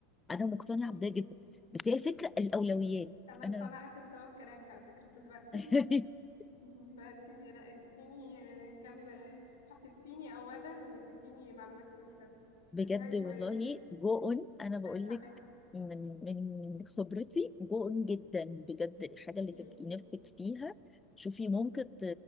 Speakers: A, on the left (about 15°); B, on the left (about 80°).
A: انا مقتنعه
B: مم.
A: بده جدا بس هي الفكره الاولويات
B: انا اقتنعت
A: انا
B: بسبب كلامك على فكرة دلوقتي
A: <laughs>
B: <laughs> ده انتي لا اديتيني آه، كم آه، حفزتيني اولا واديتيني معلومات مفيده
A: بجد
B: دي حاجه
A: والله
B: كويسه
A: جو اون انا بقول
B: <laughs> انا اتحمست
A: لك من من خبرتي جو اون جدا بجد الحاجه اللي
B: مم.
A: تبقي نفسك فيها شوفي ممكن
B: مم.
A: ت-